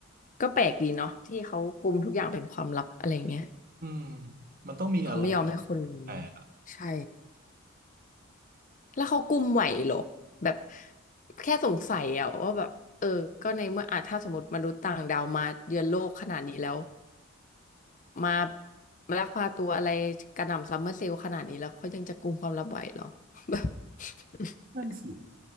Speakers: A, on the left; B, on the right.
A: ก็แปลกดีเนาะที่เขากุมทุกอย่างเป็นความลับอะไรเงี้ย
B: อืมมีอะไร
A: เขาไม่ยอมให้คนรู้
B: แปลก
A: ใช่แล้วเขากุมไหวเหรอแบบแค่สงสัยอะว่าแบบเออก็ในเมื่ออาจถ้าสมมติมนุษย์ต่างดาวมาเยือนโลกขนาดนี้แล้วมามาลักพาตัวอะไรกระหน่ำซัมเมอร์เซลล์ขนาดนี้แล้วเขายังจะกุมความลับไหวเหรอ <laughs>
B: นั่นสิ